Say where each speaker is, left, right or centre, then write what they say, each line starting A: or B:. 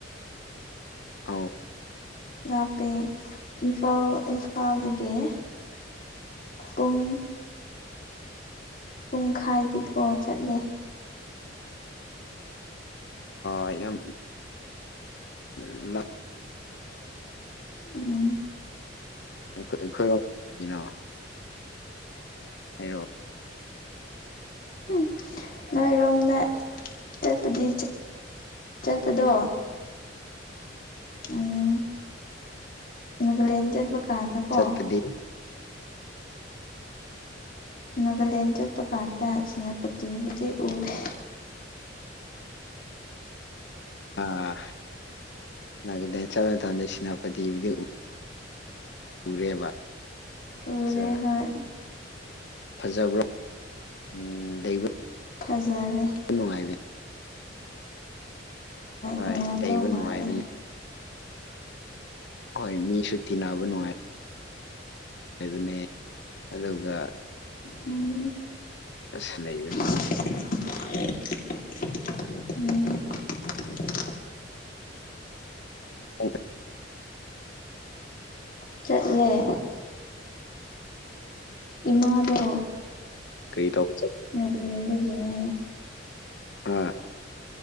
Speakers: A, on the left (about 65°); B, on the left (about 50°).
A: ꯑꯥꯎ
B: ꯂꯄꯦ ꯏꯝꯐꯥꯜ ꯏꯝꯐꯥꯜꯗꯒꯤ꯫ ꯄꯨꯡ ꯄꯨꯡꯈꯥꯏꯗꯤꯀꯣ ꯆꯠꯂꯦ꯫
A: ꯑ ꯌꯥꯝ <unintelligible>
B: ꯎꯝ
A: ꯈꯣꯏ ꯑꯩꯈꯣꯏꯔꯥꯎꯒꯤꯅꯣ <unintelligible>
B: ꯎꯝ ꯅꯣꯏꯔꯣꯝꯗ ꯆꯠꯄꯗꯤ ꯆꯠꯄꯗꯣ ꯎꯝ ꯃꯒꯂꯦꯟ ꯆꯠꯄ ꯀꯥꯟꯗꯀꯣ
A: ꯆꯠꯄꯗꯤ
B: ꯅꯥꯒꯥꯂꯦꯟ ꯆꯠꯄ ꯀꯥꯟꯗ ꯁꯦꯅꯥꯄꯇꯤꯕꯨꯗꯤ ꯎꯗꯦ꯫
A: ꯑꯥ ꯂꯗꯦꯟ ꯆ ꯇꯗ ꯁꯦꯅꯥꯄꯇꯤꯗꯤ ꯎ ꯎꯔꯦꯕ
B: ꯎꯔꯦ
A: ꯑꯆꯥ
B: ꯍꯣꯏ
A: ꯐꯖꯕ꯭ꯔꯣ ꯎꯝ ꯂꯩꯕ
B: ꯐꯖꯔꯦ꯫
A: ꯅꯨꯡꯉꯥꯏꯕꯅꯦ꯫ ꯍꯣꯏ
B: ꯅꯨꯡꯉꯥꯏꯗꯧ
A: ꯂꯩꯕ ꯅꯨꯡꯉꯥꯏꯕꯅꯤ
B: ꯃꯥꯜꯂꯦ
A: ꯍꯣꯏ ꯃꯤꯁꯨꯇꯤꯟꯅꯕ ꯅꯨꯡꯉꯥꯏꯕ꯫ ꯍꯥꯏꯕꯅꯦ ꯑꯗꯨꯒ
B: ꯎꯝ
A: ꯑꯁ ꯂꯩꯕꯅꯤ꯫
B: ꯎꯝ
A: ꯑꯣ
B: ꯆꯠꯂꯦ꯫ ꯏꯃꯥꯗꯣ
A: ꯀꯔꯤ ꯇꯧꯕ ꯆꯇ
B: ꯉꯒꯂꯤ ꯌꯦꯒꯤꯅꯦ꯫
A: ꯑ